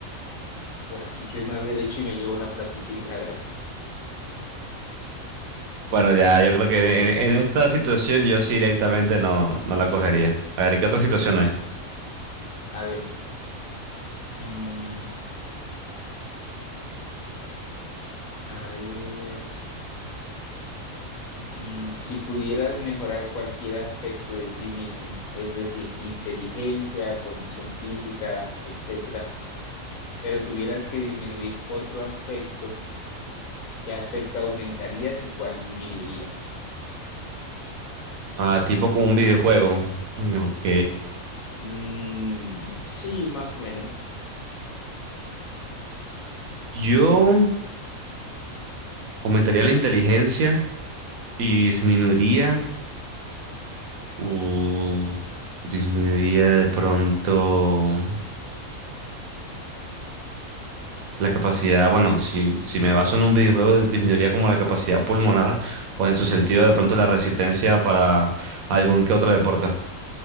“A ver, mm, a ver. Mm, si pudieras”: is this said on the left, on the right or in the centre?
Left